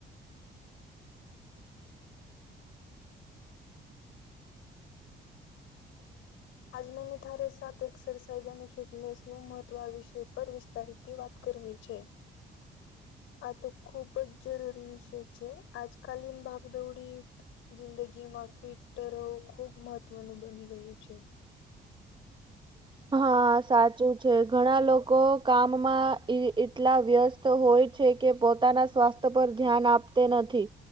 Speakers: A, on the left; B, on the right.
A: આજ મેને થારે સાતે એક્સરસાઇઝ અને ફિટનેસનું મહત્ત્વ વિષેય પર વિસ્તારથી વાત કરવી છે. આ તો ખુબજ જરૂરી વિષય છે આજકાલ ની ભાગદોડી જિંદગીમાં ફિટ રવું ખૂબ મહત્ત્વનું બની ગયું છે. <inaudible>
B: હા સાચું છે ઘણા લોકો કામમાં એટલા વ્યસ્ત તો હોય છે કે પોતાના સ્વાસ્થ્ય પર ધ્યાન આપતે નથી.